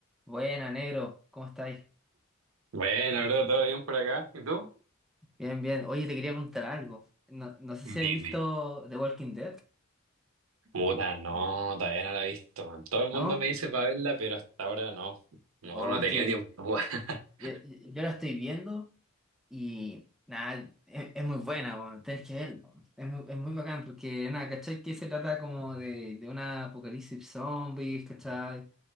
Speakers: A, in the centre; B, on the right (about 80°).
A: Buena, negro, ¿cómo estáis?
B: Bueno, bro, ¿todo bien por acá? ¿Y tú?
A: Bien, bien. Oye, te quería preguntar algo. No, no sé si habéis
B: Dime.
A: visto The Walking Dead,
B: Puta, no, todavía no la he visto, man. Todo el
A: ¿no?
B: mundo me dice para verla, pero hasta ahora no. No,
A: O
B: no he
A: es
B: tenido
A: que
B: tiempo. <laughs>
A: yo, yo la estoy viendo y nada, es, es muy buena, bueno, tenés que verla. Es muy, es muy bacán porque, nada, ¿cachai? Que se trata como de, de un apocalipsis zombies, ¿cachai?